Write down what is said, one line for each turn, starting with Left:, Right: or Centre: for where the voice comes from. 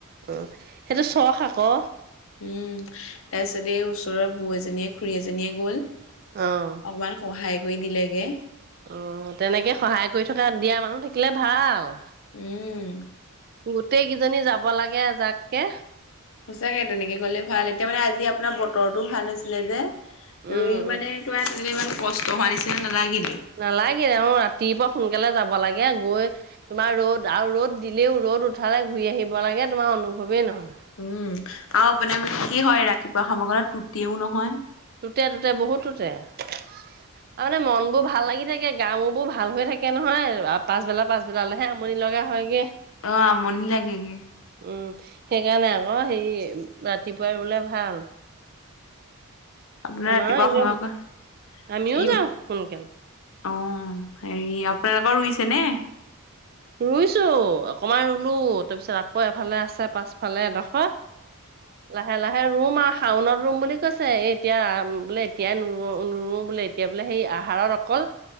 Right: অ, সেইটো চখ আকৌ
Left: উম, তাৰপিছত এই ওচৰৰ বু, এজনীয়ে খুৰী এজনীয়ে গ'ল। অকমান
Right: অ',
Left: সহায় কৰি দিলেগে।
Right: অ, তেনেকে সহায় কৰি থকা দিয়া মানুহ থাকিলে ভাল।
Left: উম।
Right: গোটেই কেইজনী যাব লাগেজাককে।
Left: সঁচাকে তেনেকে গলে ভাল এতিয়া মানে আজি আপোনাৰ বতৰৰতটো ভাল হৈছিলে যে
Right: উম,
Left: ৰুই
Right: উম।
Left: মানে কিবা তেনেলে ইমান কষ্ট হোৱাৰ নিচিনা নালাগিল।
Right: নালাগিলে অ, ৰাতিপুৱা সোনকালে যাব লাগে গৈ তোমাৰ ৰ'দ আৰু ৰ'দ দিলেও, ৰ'দ উঠালে, ঘূৰি আহিব লাগে তোমাৰ। অনুভৱে নহয়।
Left: উম, আৰু মানে মানে কি হয় ৰাতিপুৱা সমামগ্ৰত টুতেও নহয়।
Right: টোতে, তটোতে বহুত টোতে আৰু মানে মন বোৰ ভাল লাগি থাকে। গা, মোৰবোৰ ভাল হৈ থাকে নহয়। পাছবেলা, পাছবেলালৈহে আমনি লগা হয়গৈ।
Left: অ, মনি লাগেগে।
Right: উম, সেইকাৰণে আকৌ হেৰি ৰাতিপুৱাই ৰুলে ভাল।
Left: আপোনাৰ
Right: আমাৰ
Left: ৰাতিপুৱা
Right: একদম
Left: সময়ক
Right: আমিও
Left: ইম,
Right: যাওঁ সোনকালে
Left: অ'। হেৰি আপোনালোকৰ ৰুইছে নে?
Right: ৰুইছো অকমান ৰুলো তাৰপিছত আকৌ ফালে আছে পাছফালে এডোখত লাহে লাহে ৰুম আও। শাওনত ৰুম বুলি কৈছে এই এতিয়া বোলে এতিয়াই নোৰুও বোলে এতিয়া বোলে সেই আহাৰত অকল